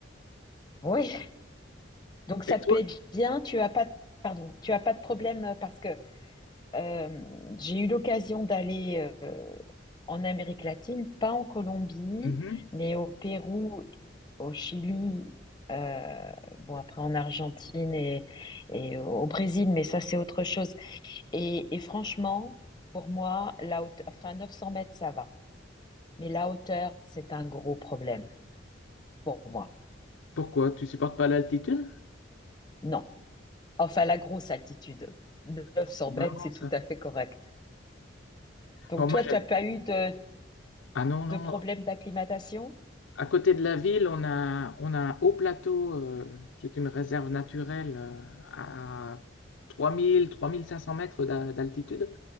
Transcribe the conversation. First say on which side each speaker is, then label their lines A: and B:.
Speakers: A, on the left (about 25°); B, on the left (about 80°).
A: Oui. <laughs> Donc ça
B: Et
A: te
B: toi?
A: plaît bien. Tu as pas de- pardon, tu as pas de problème euh, parce que euh, j'ai eu l'occasion d'aller euh, en Amérique latine, pas en Colombie,
B: Mhm.
A: mais au Pérou, au Chili. euh, bon après en Argentine et, et au Brésil, mais ça c'est autre chose. Et, et franchement, pour moi, la haute, enfin 900 mètres, ça va. Mais la hauteur, c'est un gros problème pour moi.
B: Pourquoi? Tu supportes pas l'altitude?
A: Non. Enfin, la grosse altitude, 900
B: C'est
A: mètres,
B: marrant
A: c'est
B: ça.
A: tout à fait correct. Donc,
B: Bon, moi
A: toi,
B: j'aime.
A: tu n'as pas eu de,
B: Ah non, non.
A: de problème d'acclimatation?
B: À côté de la ville, on a, on a un haut plateau euh, qui est une réserve naturelle euh, à trois mille, trois mille cinq cents mètres d'a- d'altitude